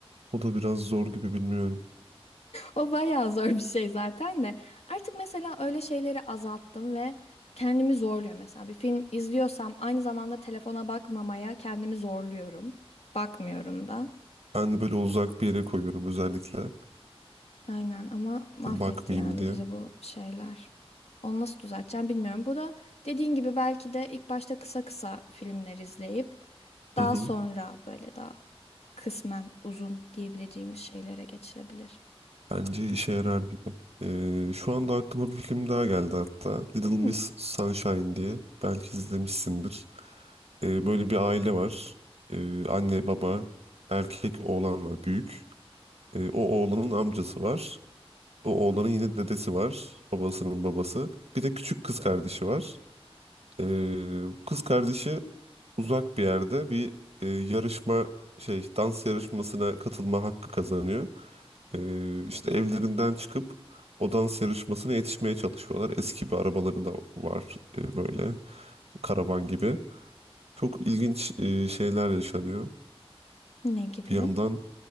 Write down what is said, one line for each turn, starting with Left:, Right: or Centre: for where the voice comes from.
Right: O da biraz zor gibi bilmiyorum.
Left: O bayağı zor bir şey zaten de. Artık mesela öyle şeyleri azalttım ve kendimi zorluyorum. Mesela bir film izliyorsam aynı zamanda telefona bakmamaya kendimi zorluyorum. Bakmıyorum da.
Right: Ben de böyle uzak bir yere koyuyorum özellikle.
Left: Aynen ama mahvetti
Right: Bakmayayım
Left: yani
Right: diye.
Left: bizi bu şeyler. Onu nasıl düzelteceğim bilmiyorum. Bu da dediğin gibi belki de ilk başta kısa kısa filmler izleyip daha
Right: Hı hı.
Left: sonra böyle daha kısmen uzun diyebileceğimiz şeylere geçilebilir.
Right: Bence işe yarar gibi. E, şu anda aklıma bir film daha geldi hatta. Little Miss
Left: Hı,
Right: Sunshine diye. Belki izlemişsindir. E, böyle bir aile var. E, anne, baba, erkek oğlan var büyük. E, o oğlanın amcası var. O oğlanın yine dedesi var. Babasının babası. Bir de küçük kız kardeşi var. E, kız kardeşi uzak bir yerde bir e, yarışma şey dans yarışmasına katılma hakkı kazanıyor. E, işte evlerinden çıkıp o dans yarışmasına yetişmeye çalışıyorlar. Eski bir arabaları da var e, böyle karavan gibi. Çok ilginç e, şeyler yaşanıyor.
Left: ne gibi?
Right: Bir yandan